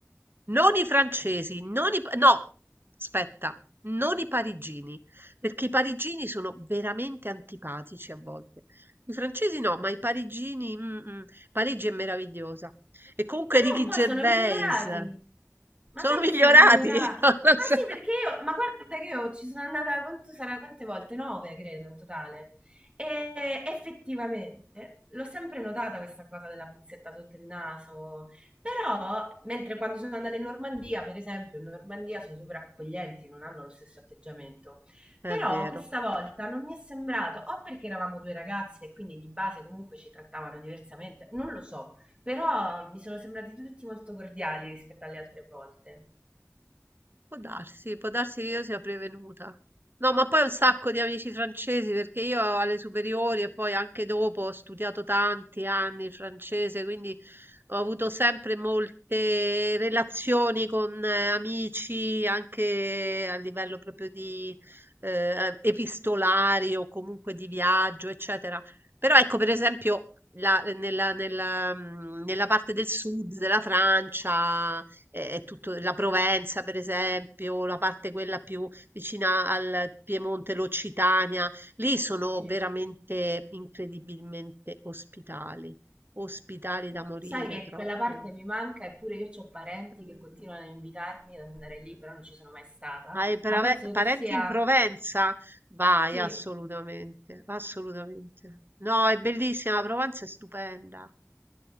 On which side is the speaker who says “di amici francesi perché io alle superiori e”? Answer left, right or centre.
Right